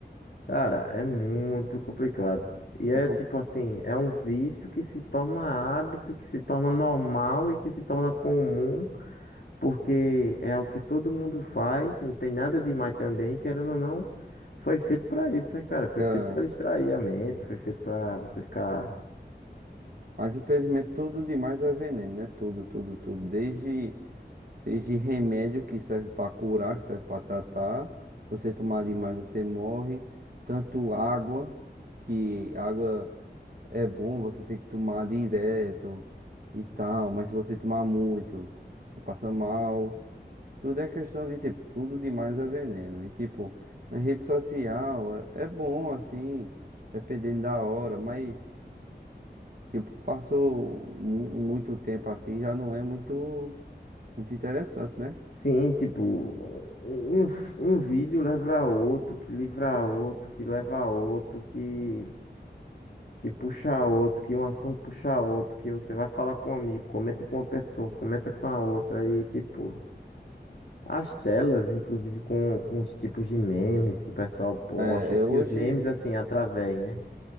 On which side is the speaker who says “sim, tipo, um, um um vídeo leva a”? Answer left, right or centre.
Left